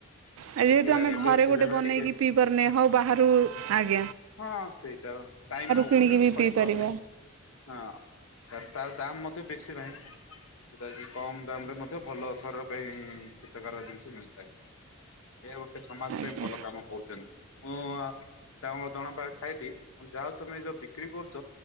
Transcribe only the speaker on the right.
ଆଉ
ଯେହେତୁ ଆମେ
ଘରେ
ଗୋଟେ
ବନେଇକି
ପିଇ ପାରୁନେ ହଉ ବାହାରୁ ଆଗି
କିଣିକି
ବି
ପିଇ ପାରିବା
ଆଜ୍ଞା